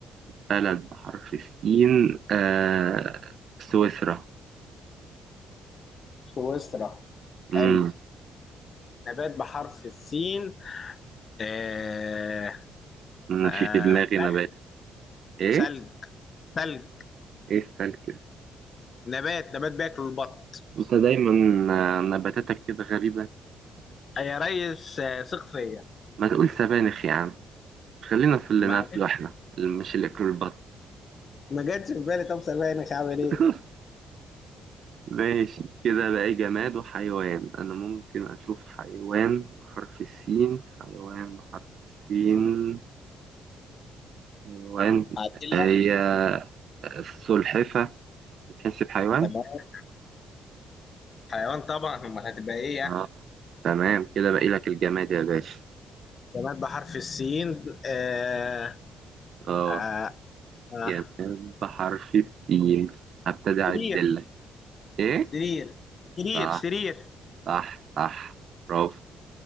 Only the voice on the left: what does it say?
سويسرا
حلو نبات بحرف السين آه
آه
ثلج
ثلج ثلج
نبات نبات بياكل البط
آه، يا ريس آه ثق فيا
معلش
ما جاتش في بالي طب سامعني هعمل
ايه؟
اعدل
لك
تمام حيوان طبعا امال هتبقى ايه يعني
نبات بحرف السين آه
آه آه
سرير
سرير سرير
سرير